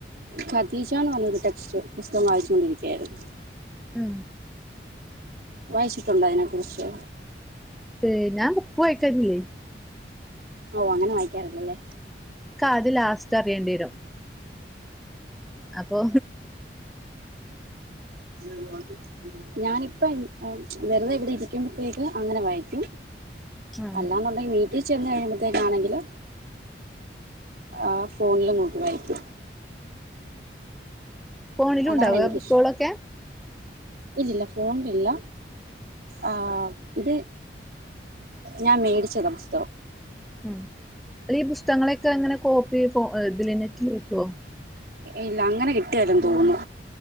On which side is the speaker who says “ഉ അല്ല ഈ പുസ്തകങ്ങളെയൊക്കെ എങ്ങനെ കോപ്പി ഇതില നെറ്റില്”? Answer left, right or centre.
Centre